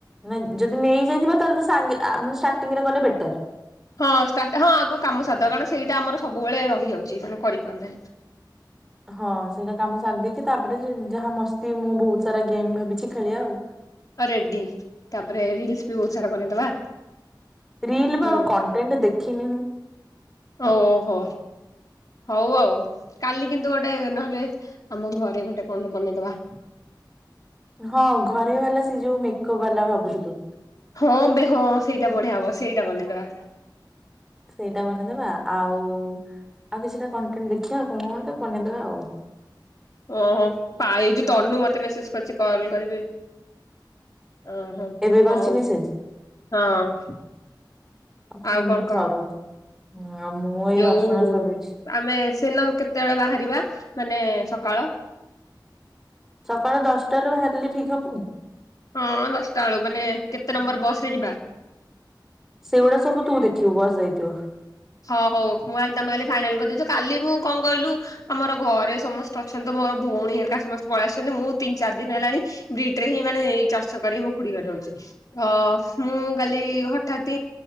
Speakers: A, in the centre; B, on the left.
A: ନାଇ ଯଦି ନେଇଯାଇଥଥିବା ତାହେଲେ ସାଙ୍ଗେ ଆ ଷ୍ଟାର୍ଟିଂ ରେ ଗଲେ ବେଟର।
B: ହଁ ହଁ ଆଗ କାମ ସାଧ କାରଣ ସେଇଟା ଆମର ସବୁବେଳେ ରହିଯାଉଛି ମାନେ କରିପାରୁନାହିଁ।
A: ହଁ ସେଇଟା କାମ ସାରି ଦେଇେଇକି ତାପରେ ଯାହା ମସ୍ତି ମୁଁ ବହୁତ ସାରା ଗେମ୍ ଭାବିଛି ଖେଳିବା ଆଉ
B: ରେଡଡି ତାପରେ ରିଲସ ବି ବହୁତ ସାରା ବନେଇଦବା।
A: ରିଲ୍ ବା
B: ହୁଁ
A: କଣ୍ଟେଣ୍ଟ ଦେଖିନି।
B: ଓହୋ ହଉ ଆଉ କାଲି କିନ୍ତୁ ଗୋଟେ ନହେଲେ ଆମ ଘରେ ଗୋଟେ କଣ ବନେଇଦବା?
A: ହଁ ଘରେ ବାଲା ସେ ଯୋଉ ମେକଅପ୍ ବାଲା ଭାବୁଛୁ ତ
B: ହଁ ବେ ହଁ ସେଇଟା ବଢିଆ ହବ ସେଇଟା ବନେଇଦବା।
A: ସେଇଟା ବନେଇଦବା ଆଉ ଆଉ କିଛିଟା କଣ୍ଟେଣ୍ଟ ଦେଖିବା କଣ ବନେଇଦବା ଆଉ
B: ଓହୋ ପା ଏ ଯୋଉ ତନୁ ମତେ ମେସେଜ କରିଛି କଲ କରିବି ଓ ହ
A: ଏବେ କରିଛି
B: ହଉ
A: ମେସେଜ
B: ହଁ
A: ହୁଁ
B: ଆଉ କଣ
A: ସରୁ
B: କହ?
A: ହଁ ଆଉ ମୁଁ ଏଇ
B: ଯୋଉ
A: ରସୁଣ ଛାଡ଼ଉଛି।
B: ଆମେ ସେନ କେତେବେଳେ ବାହାରିବା ମାନେ ସକାଳ।
A: ସକାଳ ଦଶଟା ରୁ ବାହାରିଲେ ଠିକ ହବ ଆଉ
B: ହଁ ଦଶଟା ବେଳୁ ମାନେ କେତେ ନମ୍ବର ବସ ରେ ଯିବା।
A: ସେଇଗୁଡା ସବୁ ତୁ ଦେଖିବୁ ବସ ଦେଇଥିବ।
B: ହଁ ହଉ ମୁଁ କହଲି ତମେ କାଲି ଫାଇନାଲ କରିଦେଇଛ କାଲି ମୁଁ କଣ କହିଲୁ? ଆମର ଘରେ ସମସ୍ତେ ଅଛନ୍ତି ମୋର ଭଉଣୀ ହେରିକା ସମସ୍ତେ। ପଳେଇ ଆସୁଛନ୍ତି ମୁଁ ତିନି ଚାରି ଦିନ ହେଲାଣି ବ୍ରିଟ ରେ ହିଁ ମାନେ ଚାଷ କରି ମୁଁ ଖୁଡିବ ରହୁଛି ତ ମୁଁ କାଲି ହଠାତ୍